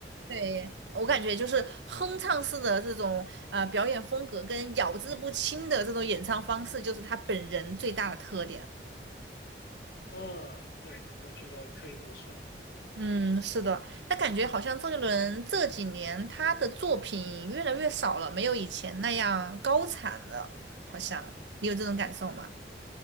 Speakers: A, on the right; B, on the left.
A: 对，我感觉就是哼唱式的这种呃表演风格跟咬字不清的这种演唱方式，就是他本人最大的特点。
B: 呃，对，我觉得可以这么说。
A: 嗯，是的，他感觉好像周杰伦这几年他的作品越来越少了，没有以前那样高产了，好像你有这种感受吗？